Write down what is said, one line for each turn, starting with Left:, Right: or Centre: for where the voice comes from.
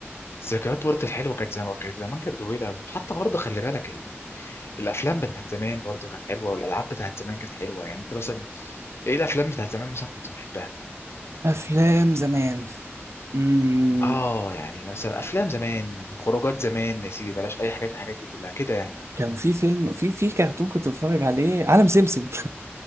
Left: ذكريات برضه الحلوه كانت زمان كانت زمان كانت جميله قوي حتى برضه خلي بالك الافلام بتاعت زمان برضو كانت حلوه والالعاب بتاعت زمان كانت حلوه يعني انت مثلا ايه الافلام بتاعت زمان مثلا كنت بتحبها
Right: افلام زمان امم
Left: اه يعني مثلا افلام زمان خروجات زمان يا سيدي بلاش اي حاجات من الحاجات دي كلها كده يعني
Right: كان في فيلم في في كرتون كنت بتفرج عليه عالم سمسم <laughs>